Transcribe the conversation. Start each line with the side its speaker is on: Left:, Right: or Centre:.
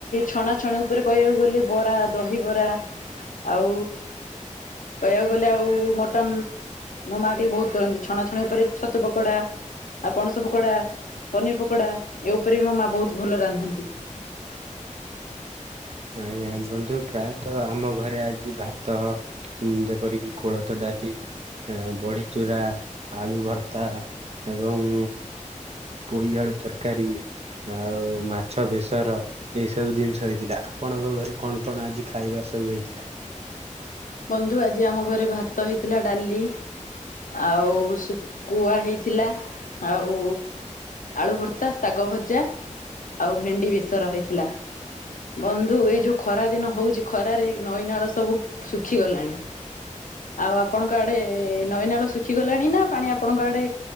Left: ଛଣାଛଣି ଉପରେ କହିବାକୁ ଗଲେ ବରା ଦହିବରା ଆଉ କହିବାକୁ ଗଲେ ଆଉ ମଟନ ମୋ ମା ବୋହୁତ କରନ୍ତି ଛଣାଛଣି ଉପରେ ଛତୁ ପକୋଡା ଆଉ ପଣସ ପକୋଡା ପନିର ପକୋଡା ଏ ଉପରେ ବି ମୋ ମା ବୋହୁତ ଭଲ ରାନ୍ଧନ୍ତି।
Right: ନାଇଁ ଆଉ ବନ୍ଧୁ ପ୍ରାୟ ତ୍ ତ ଆମ ଘରେ ଆଜି ଭାତ ଯେପରିକି କୋଳଥ ଡାଲି ବଢି ଚୁରା ଆଳୁ ଭର୍ତ୍ତା। ଏବଂ ପୋଇ ଆଳୁ ତରକାରୀ। ଆଉ ମାଛ ବେସର ଏଇ ସବୁ ଜିନିଷ ହେଇଥିଲା। ଆପଣଙ୍କ ଘରେ କଣ କଣ ଆଜି ଖାଇବାରେ ସବୁ ହେଇଥିଲା?
Left: ବନ୍ଧୁ ଆଜି ଆମ ଘରେ ଭାତ ହେଇଥିଲା ଡାଲି ଆଉ ସୁ କୁଆ ହେଇଥିଲା ଆଉ ଆଳୁ ଭର୍ତ୍ତା ଶାଗ ଭଜା। ଆଉ ଭେଣ୍ଡି ବେଶର ହେଇଥିଲା। ବନ୍ଧୁ ଏଇ ଯୋଉ ଖରା ଦିନ ହଉଛି ଖରାରେ ନଈନାଳ ସବୁ ଶୁଖିଗଲାଣି। ହ ଆଉ ଆପଣଙ୍କ ଆଡେ ନଈନାଳ ଶୁଖିଗଲାଣି ନା ପାଣି ଆପଣଙ୍କ ଆଡେ